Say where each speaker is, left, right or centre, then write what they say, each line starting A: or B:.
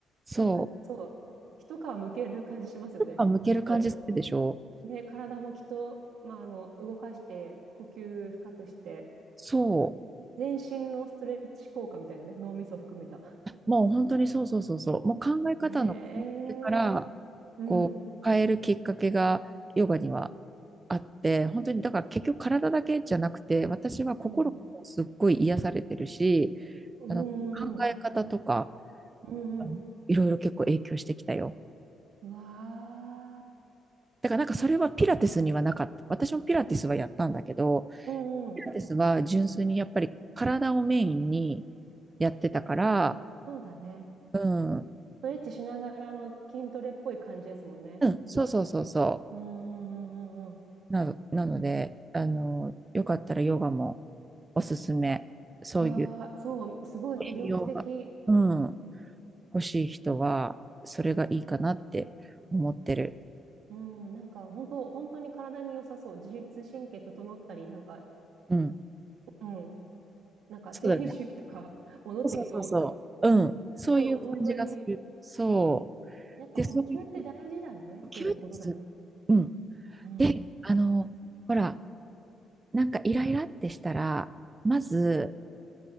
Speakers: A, on the right; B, on the right.
A: そ
B: なんかそう、一皮むける感じしますよね。
A: う。やっぱ向ける感じするでしょ。
B: きっと。ね、体もきっと、まあ、あの、動かして、呼吸深くして、
A: そう。
B: 全身のストレッチ効果みたいなね、脳みそ含めた。
A: もう本当にそうそうそうそう、もう考え方の根底からこう変えるきっかけがヨガには
B: へえ、うん、
A: あって、本当にだから結局体だけじゃなくて、私は心もすっごい癒されてるし、
B: うん、うん、
A: あの考
B: うん、
A: え方とか
B: うん、
A: あのいろいろ結構影響してきたよ。
B: うん、うわ
A: だからなんかそれはピラティスにはなかった。私もピラティスはやったんだけど、
B: ー、うん、
A: ピラティスは純粋にやっぱり体をメインに
B: うん、
A: やってたから、
B: そうだね。
A: うん、う
B: ストレッチしながらの筋トレっぽい感じですもんね。
A: ん、そうそうそうそう。
B: うん、うん、うん、うん、うん。
A: な、なので、あの、よかったらヨガもおすすめ。そういう
B: うわー、そう、すごい魅力的。
A: 栄養が、うん、欲しい人は、それがいいかなって思ってる。
B: うん、なんか本当、本当に体に良さそう。自律神経整ったり、なんか、
A: うん。
B: うん。なんか生理周期とか
A: そうだね。
B: <laughs> 戻ってきそう。
A: そうそうそうそう。うん。そういう感じがする。
B: うん、本当に。
A: そう。
B: やっぱ呼吸って大事だねっていうことだね。
A: で、そういう休日。うん。
B: うん。
A: で、あの、ほら、なんかイライラってしたら、まず、